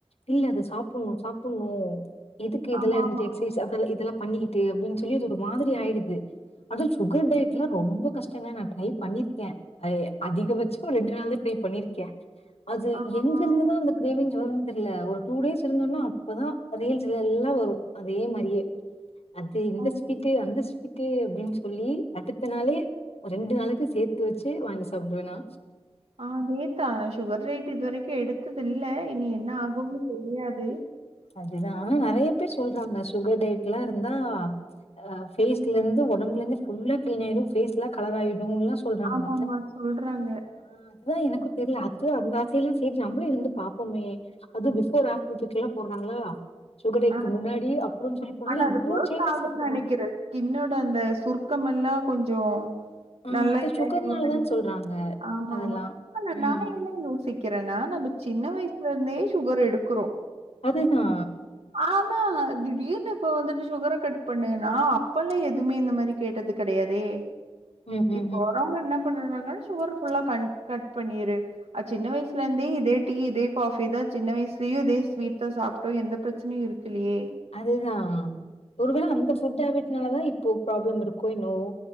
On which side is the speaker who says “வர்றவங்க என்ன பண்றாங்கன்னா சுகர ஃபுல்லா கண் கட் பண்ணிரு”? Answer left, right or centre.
Right